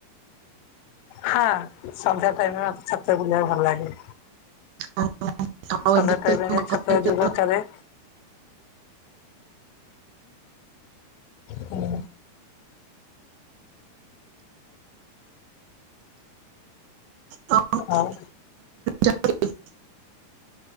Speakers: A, on the left (about 85°); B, on the right (about 85°).
A: ହଁ ସନ୍ଧ୍ୟା ଟାଇମରେ ଛାତ ବୁଲିବାକୁ ଭଲ ଲାଗେ।
B: ଆଉ
A: ସନ୍ଧ୍ୟା
B: ଏବେ
A: ଟାଇମ
B: ତ ଯୋଉ
A: ଯାଇ
B: ମୁଁ କହିଲି
A: ଛତ ଯୋଗ କରେ। ହୁଁ
B: ହଁ <unintelligible> ମୁଁ
A: ଆଉ
B: କହିଲି